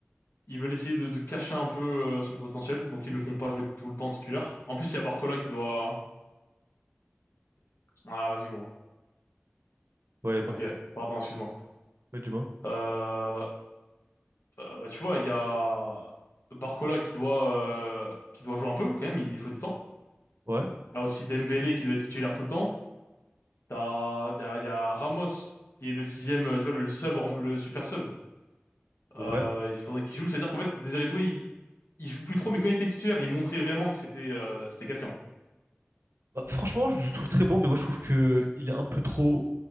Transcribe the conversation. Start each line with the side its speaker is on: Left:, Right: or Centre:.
Left: Ils veulent essayer de, de cacher un peu euh, son potentiel, donc ils le font pas jouer tout le temps titulaire. En plus, il y a Barcola qui doit... Ah, vas-y, gros.
Right: ouais, y a pas.
Left: Ok, pardon, excuse-moi.
Right: Ouais, dis-moi.
Left: Euh, euh, bah, tu vois, il y a Barcola qui doit, euh, qui doit jouer un peu, quand même, il faut du temps.
Right: Ouais,
Left: T'as aussi Dembélé qui doit être titulaire tout le temps. T'as, il y a, y a Ramos qui est le sixième, euh, tu vois, le sub, rem- le super sub.
Right: ouais.
Left: Euh, il faudrait qu'il joue, c'est-à-dire qu'en fait, Désiré Doué, il, il joue plus trop, mais quand il était titulaire, il montrait vraiment que c'était euh, c'était quelqu'un.
Right: Bah, franchement, je je le trouve très bon, mais moi je trouve que il est un peu trop